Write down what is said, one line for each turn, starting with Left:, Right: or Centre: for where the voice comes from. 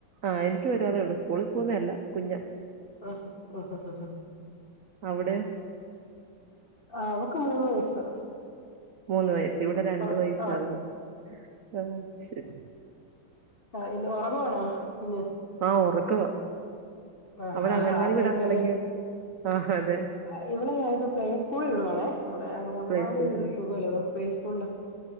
Right: ആ എനിക്കും ഒരാളേ ഉള്ളു സ്കൂളിൽ പോകുന്നെ അല്ല കുഞ്ഞ
Left: ആ ഹ ഹാ ഹാ
Right: അവിടെ
Left: ആ അവൾക്ക് മൂന്ന് വയസ്സ്
Right: മൂന്ന് വയസ് ഇവിടെ രണ്ട
Left: ആ
Right: വയസ്സാകുന്നു
Left: ആ
Right: ആ ശരി
Left: ആ ഇന്ന് ഉറങ്ങുവാണോ കുഞ്ഞ്
Right: ആഹ് ഉറക്കവാ
Left: ആ
Right: അവിടെ
Left: ആ
Right: അംഗൻവാടി
Left: ആ ടൈമിനന്നേ
Right: വിടാൻ തുടങ്ങിയോ ആഹ് അതെ
Left: ആ ഇവളെ ഞാനിപ്പോ പ്ലേ സ്കൂളിൽ വിടുവാണേ ഇവിടെ അങ്കൻവാടി
Right: പ്ലേ സ്കൂൾ
Left: വല്യ
Right: ആ
Left: സുഖമില്ല അതുകൊണ്ട് പ്ലേ സ്കൂളില്